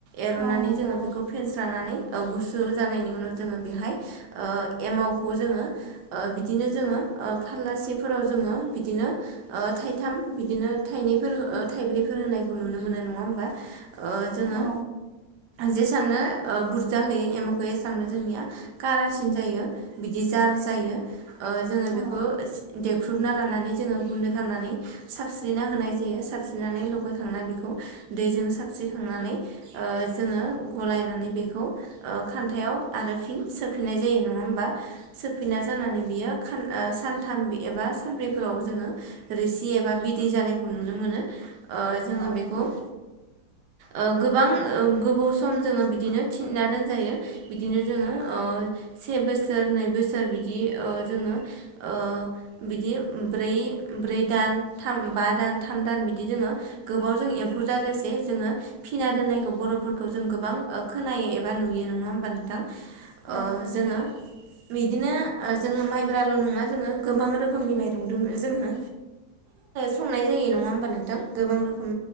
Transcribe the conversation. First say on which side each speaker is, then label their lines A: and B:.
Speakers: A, on the right (about 70°); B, on the right (about 85°).
A: एर'नानै
B: औ नंगौ
A: जोङो बेखौ फेनस्रनानै गुसु जानायनि उनाव जोङो बेहाय ओ एमावखौ जोङो ओ बिदिनो जोङो ओ फालासिफोराव जोङो बिदिनो ओ थाइथाम बिदिनो थाइनैफोर ओ थाइब्रैफोर होनायखौ नुनो मोनो नङा होमबा? ओ जोङो
B: औ
A: जेसेबांनो ओ बुरजा होययो एमखो होयो एसबांनो जोंनिया कारासिन जायो बिदि जा जायो ओ जों बेखौ
B: औ
A: देख्रुबना लानानै जोङा गुन्दै खालामनानै सारस्रिना होनया जायो सरास्रिना लगायखांना बेखौ दैजों स्रिखांनानै जोङो गलायनानै बेखौ खान्थायाव आरो फिन सो फिनाय जायो नङा होमबा सफैना जानानै बि ओ सानथाम एबा सब्रै फोराव जोङो रोसि एबा बिदै जानायखौ नुनो मोनो। ओ जोङो
B: औ
A: बेखौ
B: नंगौ
A: ओ गोबां गोबौ सम जोङो बिदिनो थिनना दोनजायो बिदिनो जोङो ओ से बोसोर नै बोसोर बिदि ओ जोङो ओ बिदि ब्रै ब्रै दान थाम बा दान थाम दान बिदि दोङो गोबाव जों एम्फै जाजासे बे जोङो फिना दोन्नायखौ बर'फोरखौ जों गोबां ओ खोनायो एबा नुयो नङा होमबा नोंथां?
B: औ
A: ओ
B: नंगौ
A: जोङो <unintelligible> बिदिनो जोङो माइब्राल' नङा जोङो गोबां रोखोमनि माइरं दङो जोङो संनाय जायो नङा होमबा नोंथां? गोबां रोखोम